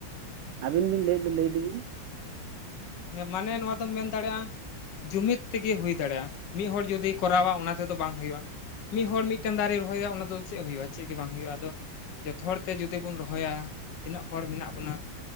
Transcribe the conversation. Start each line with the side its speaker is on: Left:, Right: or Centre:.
Right: ᱟᱹᱵᱤᱱ ᱵᱤᱱ ᱞᱟᱹᱭᱮᱜ ᱫᱚ ᱞᱟᱹᱭ ᱤᱫᱤ ᱵᱤᱱ᱾
Left: ᱦᱮᱸ ᱢᱟᱱᱮ ᱱᱚᱣᱟ ᱫᱚᱢ ᱢᱮᱱ ᱫᱟᱲᱮᱭᱟᱜᱼᱟ ᱡᱩᱢᱤᱫ ᱛᱮᱜᱮ ᱦᱩᱭ ᱫᱟᱲᱮᱭᱟᱜᱼᱟ, ᱢᱤᱜ ᱦᱚᱲ ᱡᱩᱫᱤ ᱠᱚᱨᱟᱣᱟ ᱚᱱᱟ ᱛᱮᱫᱚ ᱵᱟᱝ ᱦᱩᱭᱩᱜᱼᱟ᱾ ᱢᱤᱜ ᱦᱚᱲ ᱢᱤᱫᱴᱮᱱ ᱫᱟᱨᱮᱭ ᱨᱚᱦᱚᱭᱟ ᱚᱱᱟ ᱫᱚ ᱪᱮᱫ ᱦᱩᱭᱩᱜᱼᱟ ᱪᱮᱫ ᱜᱮ ᱵᱟᱝ ᱦᱩᱭᱩᱜᱼᱟ, ᱟᱫᱚ ᱡᱷᱚᱛᱚ ᱦᱚᱲᱛᱮ ᱡᱩᱫᱤ ᱵᱚᱱ ᱨᱚᱦᱚᱭᱟ ᱛᱤᱱᱟᱹᱜ ᱦᱚᱲ ᱢᱮᱱᱟᱜ ᱵᱚᱱᱟ,